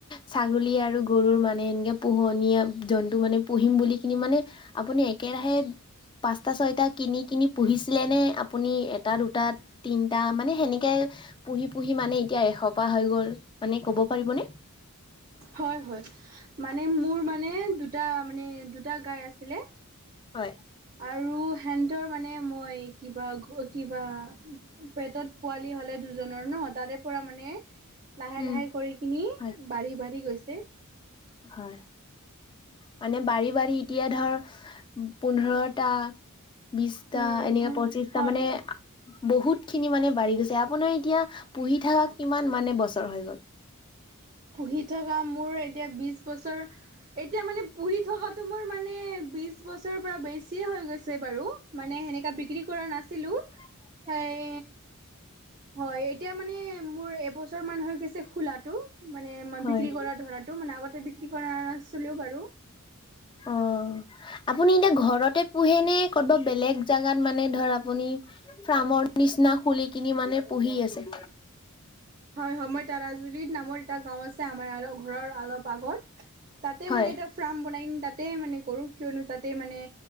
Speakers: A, on the left; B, on the right.
A: ছাগলী আৰু গৰুৰ মানে এনেকে পোহনীয়া জন্তু মানে পুহিম বুলি কিনি মানে আপুনি একেৰাহে পাঁচটা, ছয়টা কিনি কিনি পুহিছিলে নে? আপুনি এটা, দুটা, তিনটা মানে সেনেকে পুহি পুহি মানে এতিয়া এশপা হৈ গ'ল৷ মানে ক'ব পাৰিবনে?
B: হয়, হয়, মানে মোৰ মানে দুটা মানে দুটা গাই আছিলে!
A: হয়।
B: আৰু হেন্তৰ মানে মই কিবা! অ কিবা পেটত পোৱালি হ'লে দুজনৰ ন! তাৰে পৰা মানে লাহে
A: উম
B: লাহে কৰি কিনি
A: হয়
B: বাঢ়ি, বাঢ়ি গৈছে।
A: হয়। মানে, বাঢ়ি বাঢ়ি এতিয়া ধৰ পোন্ধৰটা, বিছটা,
B: উম,
A: এনেকে
B: হয়
A: পঁচিছটা
B: হয়
A: মানে
B: হয়।
A: বহুত খিনি মানে বাঢ়ি গৈছে! আপোনাৰ এতিয়া পুহি থকা কিমান মানে বছৰ হৈ গ'ল?
B: পুহি থকা মোৰ এতিয়া বিশ বছৰ এতিয়া, মানে পুহি থকাটো মোৰ মানে বিশ বছৰৰ পৰা বেছিয়ে হৈ গৈছে বাৰু। মানে সেনেকা বিক্ৰী কৰা নাছিলো।
A: <inaudible>
B: সেই হয়, এতিয়া মানে মোৰ এবছৰ মান হৈ গৈছে খোলাটো মানে, মই
A: হয়
B: বিক্ৰী কৰা ধৰাটো মানে আগতে বিক্ৰী কৰা নাছিলো বাৰু।
A: অঁ! আপুনি, এতিয়া ঘৰতে পোহে নে? কৰ'বাত বেলেগ জেগাত মানে ধৰ আপুনি ফ্ৰামৰ নিচিনা খুলি কিনি মানে পুহি আছে?
B: হয়, হয়, মই তাৰাজুলিত নামৰ এটা গাওঁ আছে। আমাৰ অলপ ঘৰৰ অলপ আগত তাতে
A: হয়।
B: মানে এটা ফ্ৰাম বনাই তাতে মানে কৰো। কিয়নো তাতে মানে